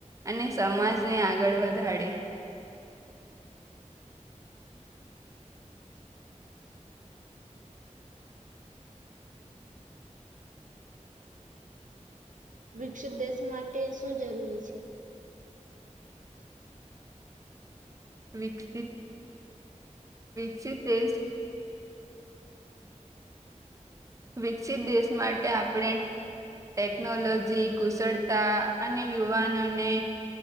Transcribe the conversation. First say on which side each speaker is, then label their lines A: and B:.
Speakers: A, on the right (about 25°); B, on the right (about 85°).
A: અને સમાજને આગળ વધારેે
B: વિકસિત દેશ માટે શું જરૂરી છે
A: વિકસિત વિકસિત દેશ વિકસિત દેશ માટે આપણે ટેકનોલોજી કુશળતા અને યુવાનોને